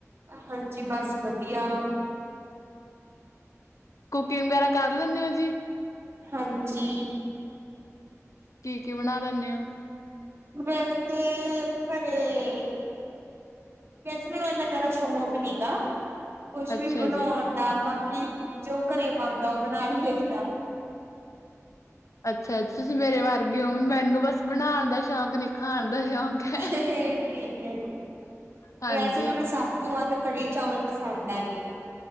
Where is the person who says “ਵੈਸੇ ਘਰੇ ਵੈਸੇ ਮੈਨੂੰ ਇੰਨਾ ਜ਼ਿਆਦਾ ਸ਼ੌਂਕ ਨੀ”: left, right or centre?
Right